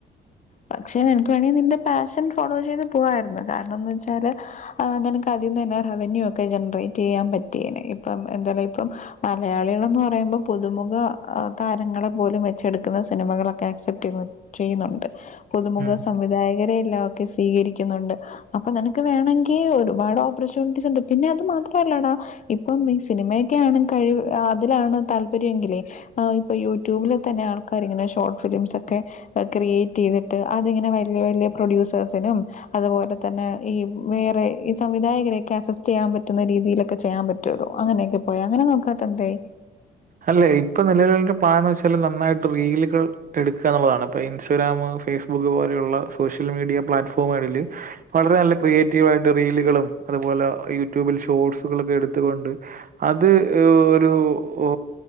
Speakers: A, on the left (about 40°); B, on the right (about 45°).
A: പക്ഷെ നിനക്ക് വേണെങ്കിൽ നിന്റെ പാഷൻ ഫോളോ ചെയ്ത് പോ ആയ്രുന്നു കാരണംന്ന് വെച്ചാല് നിനക്ക് അദ്യം തന്നെ റവന്യൂ ഒക്കെ ജനറേറ്റ് യ്യാൻ പറ്റിയേനെ ഇപ്പം എന്താല ഇപ്പം മലയാളികൾ ന്ന് പറയുമ്പോ പുതുമുഖ താരങ്ങളെപ്പോലും വെച്ചെടുക്കുന്ന സിനിമകളൊക്കെ അക്സെപ്റ്റ് ചെയ ചെയ്യുന്നുണ്ട് പുതുമുഖ
B: ഉം.
A: സംവിധായകരെയെല്ലാം സ്വീകരിക്കുന്നുണ്ട് അപ്പൊ നിനക്ക് വേണമെങ്കിൽ ഒരുപാട് ഓപ്പർച്യൂണിറ്റീസ് ഉണ്ട് പിന്നെ അത് മാത്രല്ലടാ ഇപ്പം ഈ സിനിമയൊക്കെ ആണ് കഴിവ് അതിലാണ് താല്പര്യമെങ്കിലേ ഇപ്പൊ യൂട്യൂബിൽ തന്നെ ആൾക്കാർ ഇങ്ങനെ ഷോർട്ട് ഫിലിംസ് ഒക്കെ ക്രിയേറ്റ് ചെയ്തി ് അതിങ്ങനെ വല്ല്യവല്ല്യപ്രൊഡ്യൂസേഴസിനും അതുപോലെ തന്നെ ഈ വേറെ ഈ സംവിധായകരെക്കെ അസസ്റ്റ് ചെയ്യാൻ പറ്റുന്ന രീതിയിലൊക്കെ ചെയ്യാൻ പറ്റൊള്ളു അങ്ങനെയൊക്കെ പോയ അങ്ങനെ നോക്കാത്ത എന്തെ
B: അല്ലെ ഇപ്പൊ നിലവിലിന്റെ പ്ലാൻന്ന് വെച്ചാല് നന്നായിട്ട് റീലുകൾ എടുക്ക എന്നുള്ളതാണ് ഇപ്പൊ ഇൻസ്റ്റാഗ്രാമ് ഫേസ്ബുക്ക് പോലെയുള്ള സോഷ്യൽ മീഡിയ പ്ലാറ്റ്ഫോമുകളില് വളരെ നല്ല ക്രിയേറ്റീവ് ആയിട്ട് റീലുകളും അതുപോലെ യൂട്യൂബിൽ ഷോർട്സുകളൊക്കെ എടുത്തുകൊണ്ട് അത് ഒരു ഓ